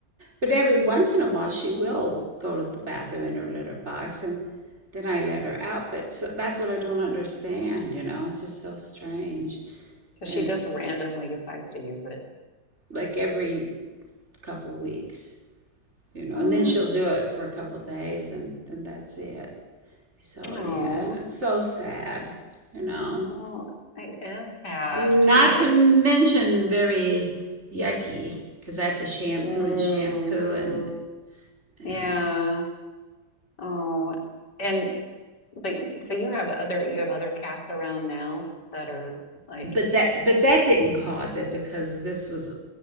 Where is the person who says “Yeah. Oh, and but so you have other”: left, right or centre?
Left